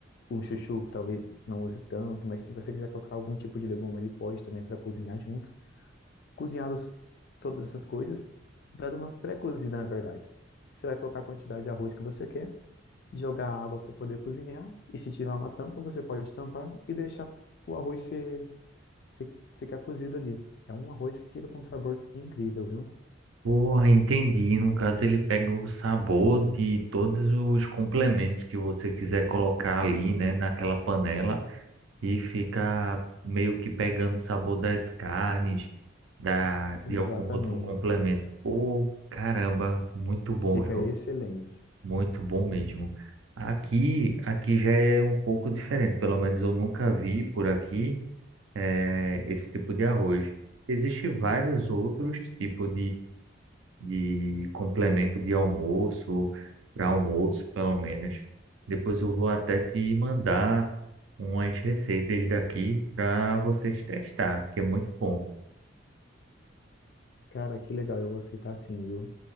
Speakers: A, on the left; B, on the right.
A: um chuchu que talvez não use tanto, mas se você quiser colocar algum tipo de legume ali, pode também para cozinhar junto. Cozinhados todas essas coisas, dando uma pré-cozida, na verdade. Você vai colocar a quantidade de arroz que você quer, jogar água para poder cozinhar, e se tiver uma tampa, você pode tampar e deixar o arroz se, se- ficar cozido ali. É um arroz que fica com um sabor incrível, viu?
B: Porra, entendi. No caso, ele pega o sabor de todos os complementos que você quiser colocar ali, né, naquela panela e fica meio que pegando o sabor das carnes, da, de
A: Exatamente.
B: algum outro complemento. Pô, caramba, muito bom,
A: Fica
B: viu?
A: excelente.
B: Muito bom mesmo. Aqui, aqui já é um pouco diferente. Pelo menos eu nunca vi por aqui, eh, esse tipo de arroz. Existem vários outros tipos de complemento de almoço, para almoço, pelo menos. Depois eu vou até te mandar umas receitas daqui para vocês testar, que é muito bom.
A: Cara, que legal, eu vou aceitar sim, viu?